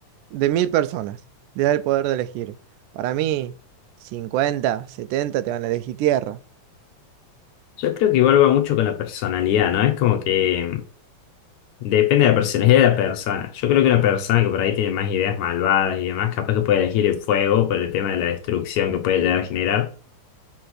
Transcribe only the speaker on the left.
Yo creo que igual va mucho con la personalidad, ¿no? Es como que mm, depende de la personalidad de la persona. Yo creo que una persona que por ahí tiene más ideas malvadas y demás, capaz que puede elegir el fuego por el tema de la destrucción que puede llegar a generar.